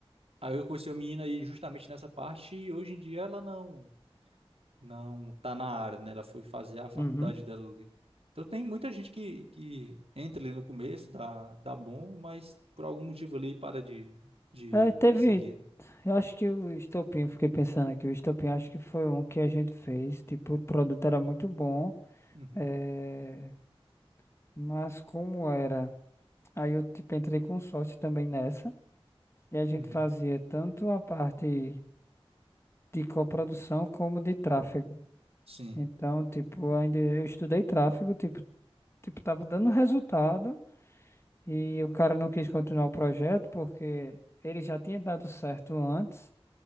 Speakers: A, on the right (about 70°); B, on the left (about 25°).
A: aí eu conheci a menina aí justamente nessa parte e hoje em dia ela não, não tá na área, né? Ela foi fazer a faculdade
B: Uhum.
A: dela ali. Então tem muita gente que, que entra ali no começo, dá, dá bom, mas por algum motivo ali para de, de
B: É, teve.
A: seguir, né?
B: Eu acho que o estopim, eu fiquei pensando aqui, o estopim acho que foi um que a gente fez. Tipo, o produto era muito bom,
A: Uhum,
B: é, mas como era? Aí eu tipo, entrei com sócio também nessa, e a gente
A: uhum,
B: fazia tanto a parte de coprodução como de tráfego.
A: sim.
B: Então, tipo, ainda eu estudei tráfego, tipo, tipo, tava dando resultado, e o cara não quis continuar o projeto porque ele já tinha dado certo antes.